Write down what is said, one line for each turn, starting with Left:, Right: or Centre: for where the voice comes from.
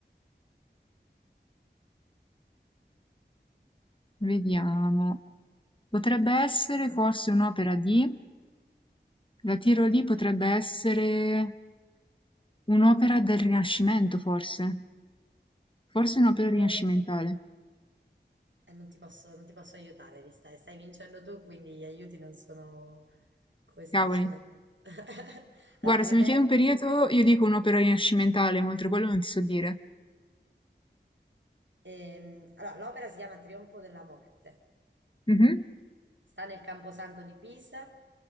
Left: Vediamo. Potrebbe essere forse un'opera di... La tiro lì potrebbe essere un'opera del Rinascimento, forse. Forse un'opera rinascimentale.
Right: Eh, eh, non ti posso, non ti posso aiutare, mi stai, stai vincendo tu, quindi gli aiuti non sono, come si
Left: Cavoli.
Right: dice? non- <laughs> Allora,
Left: Guarda,
Right: ti
Left: se
Right: ripeto.
Left: mi chiedi un periodo,
Right: ti-
Left: io dico un'opera rinascimentale, ma oltre quello non ti so dire.
Right: Ehm, allora, l'opera si chiama Trionfo della morte.
Left: Mhm.
Right: Sta nel Camposanto di Pisa.